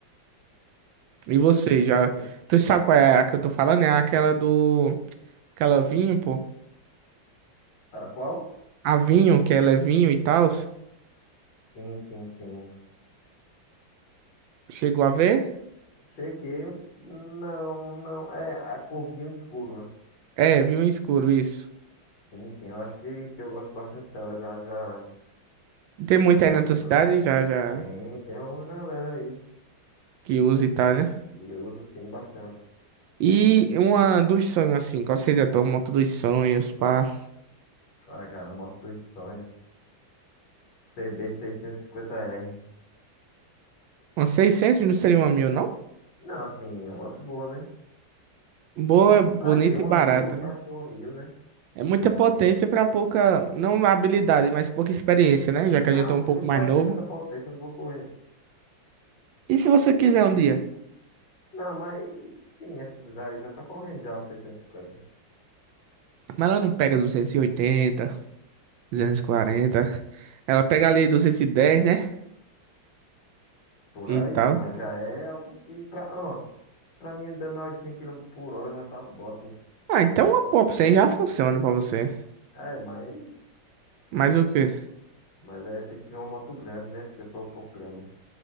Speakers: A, on the left; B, on the right.
A: sim,
B: E você,
A: sim,
B: já...
A: sim.
B: Tu sabe qual é a que eu tô falando? É aquela do... Aquela vinho, pô.
A: Ah, qual?
B: A vinho, que ela é vinho e tal.
A: Sim, sim, sim.
B: Chegou a ver?
A: Cheguei, um- não, não, é a corvinho escuro, né?
B: É, vinho escuro, isso.
A: Sim, sim, eu acho que, que eu gosto bastante dela. Já, já
B: Tem muita
A: Já
B: aí na
A: vi
B: tua
A: falar
B: cidade,
A: dela.
B: já, já...
A: Tem, tem alguma galera aí
B: Que usa e tal, né?
A: que usa sim bastante.
B: E uma dos sonhos, assim. Qual seria a tua moto dos sonhos, pá?
A: Ah, cara, moto dos sonhos. CB650R.
B: Uns seiscentos não seria uma mil, não?
A: Não, assim, é uma moto boa, né?
B: Boa, bonita
A: Pra que uma
B: e barata,
A: mil? Pra
B: né?
A: que uma mil, né?
B: É muita potência pra pouca, não habilidade, mas pouca experiência, né? Já que
A: Não,
B: a gente é um
A: pu-
B: pouco
A: pra
B: mais novo.
A: que tanta potência? Eu não vou correr.
B: E se você quiser um dia?
A: Não, mas sim, essa daí já tá correndo já, 650.
B: Mas ela não pega 280, 240. Ela pega ali 210, né?
A: Por
B: E
A: aí,
B: tal.
A: mas já é algo que pra, ó, pra mim andando aos 100 km por hora já tá bom.
B: Ah, então uma Pop 100 já funciona pra você.
A: É, mas,
B: Mas o quê?
A: mas é tem que ser uma moto grande, né? Porque eu sou um pouco grande.